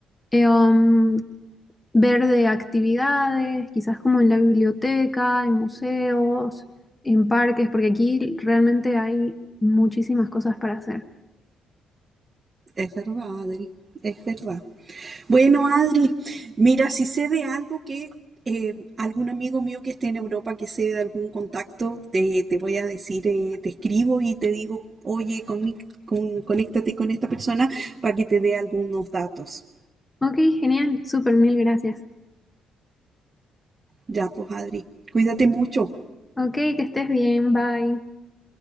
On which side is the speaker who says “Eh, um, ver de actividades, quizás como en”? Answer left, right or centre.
Left